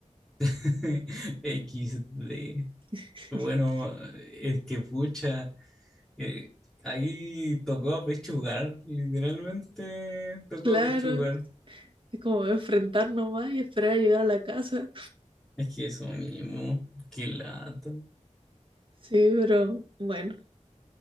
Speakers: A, in the centre; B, on the right.
A: <laughs> XD.
B: <laughs>
A: Bueno, es que pucha, eh, ahí tocó apechugar, literalmente tocó
B: Claro.
A: apechugar.
B: Es como enfrentar nomás y esperar a llegar a la casa.
A: Es que eso mismo, qué lata.
B: Sí, pero bueno,